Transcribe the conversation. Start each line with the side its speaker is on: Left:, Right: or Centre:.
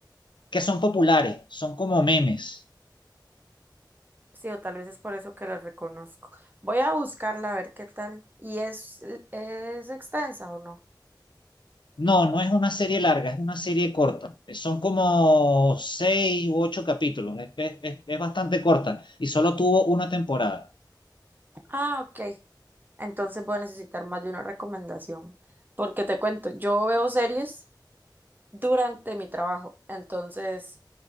Left: que son populares, son como memes.
Right: Sí, o tal vez es por eso que la reconozco. Voy a buscarla a ver qué tal. ¿Y es, es extensa o no?
Left: No, no es una serie larga, es una serie corta. Son como seis u ocho capítulos, es, es es- es bastante corta y solo tuvo una temporada.
Right: Ah, ok. Entonces voy a necesitar más de una recomendación. Porque te cuento, yo veo series durante mi trabajo. Entonces